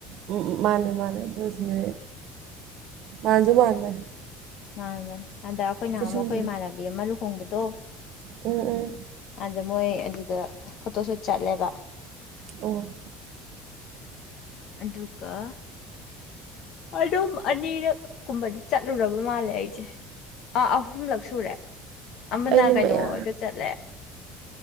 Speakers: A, on the right (about 45°); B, on the left (about 45°).
A: ꯎꯝ ꯃꯥꯅꯦ ꯃꯥꯅꯦ ꯆꯅ ꯃꯥꯖꯕꯨ ꯃꯥꯅ
B: ꯃꯥꯥꯟꯕꯅꯦ ꯑꯗ ꯑꯩꯈꯣꯏꯅ
A: ꯄꯤꯁꯨꯝ
B: ꯑꯃꯨꯛ ꯑꯩꯈꯣꯏ ꯏꯃꯥꯟꯅꯕꯤ ꯑꯃ ꯂꯨꯍꯣꯡꯕꯗꯣ
A: ꯎꯝ ꯎꯝ
B: ꯑꯗ ꯃꯣꯏ ꯑꯗꯨꯗ ꯐꯣꯇꯣ ꯁꯨꯠ ꯆꯠꯂꯦꯕ
A: ꯑꯣ <unintelligible> <inaudible>
B: ꯑꯗꯨꯒ ꯑꯗꯨꯒꯀ ꯑꯗꯨꯝ ꯑꯅꯤꯔꯛ ꯀꯨꯝꯕꯗꯤ ꯆꯠꯂꯨꯔꯕ ꯃꯥꯜꯂꯦ ꯑꯩꯁꯦ ꯑꯥ ꯑꯍꯨꯝꯂꯛ ꯁꯨꯔꯦ ꯑꯃꯅ
A: ꯑꯩꯗꯤ
B: ꯀꯩꯅꯣ
A: ꯃꯌꯥ
B: ꯑꯣꯏꯒ ꯆꯠꯂꯦ